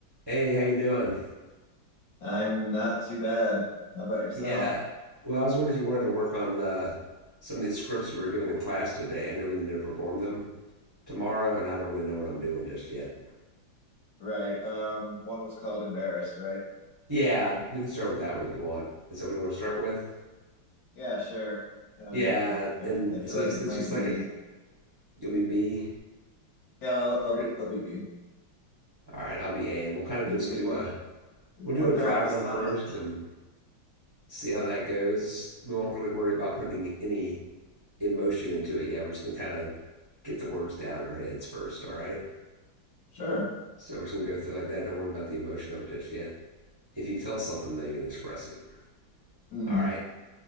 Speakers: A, on the right; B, on the left.
A: Hey, how you doing?
B: I'm not too bad. How about yourself?
A: Yeah. Well, I was wondering if you wanted to work on the some of these scripts we were given in class today. I know we need to perform them tomorrow, and I don't really know what I'm doing just yet.
B: Right. Um, one was called Embarrassed, right?
A: Yeah, we can start with that one if you want. Is that what you want to start with?
B: Yeah, sure. Um,
A: Yeah,
B: I,
A: and
B: I I feel
A: so
B: like
A: it's,
B: it
A: it's
B: might
A: just
B: be.
A: like a you'll be B.
B: Yeah, I'll,
A: All
B: I'll be
A: right.
B: I'll be be
A: All right, I'll be A, and we'll kind of
B: good
A: just
B: to get
A: do
B: more
A: a we'll do
B: more
A: a
B: practice
A: dry run
B: on
A: first
B: it.
A: and see how that goes. We won't really worry about putting any emotion into it yet. We're just gonna kind of get the words down in our heads first. All right.
B: Sure.
A: So we're just going to go through like that. Don't worry about the emotion of it just yet. If you feel something, though, you can express it.
B: Mm-hmm.
A: All right.